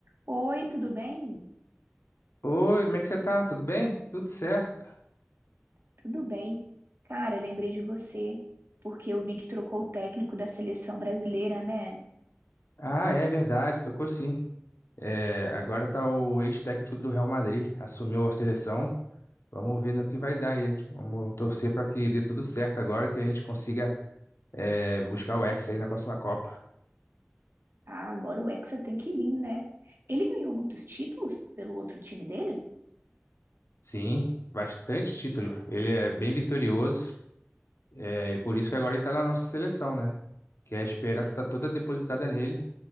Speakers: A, on the right; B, on the left.
A: Oi, tudo bem?
B: Oi, como é que você tá? Tudo bem? Tudo certo.
A: Tudo bem. Cara, lembrei de você, porque eu vi que trocou o técnico da seleção brasileira, né?
B: Ah, é verdade, tocou sim. É, agora tá o ex-técnico do Real Madrid, assumiu a seleção. Vamos ver no que vai dar aí. Vamos torcer para que dê tudo certo agora, que a gente consiga é, buscar o Hexa aí na próxima Copa.
A: Ah, agora o Hexa tem que vir, né? Ele ganhou muitos títulos pelo outro time dele?
B: Sim, bastante título. Ele é bem vitorioso, é e por isso que agora ele tá na nossa seleção, né? Que a esperança está toda depositada nele,